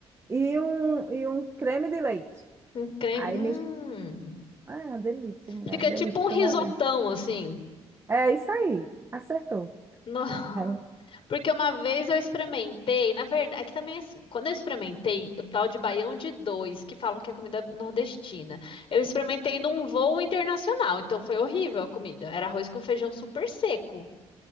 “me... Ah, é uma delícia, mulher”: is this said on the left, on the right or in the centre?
Right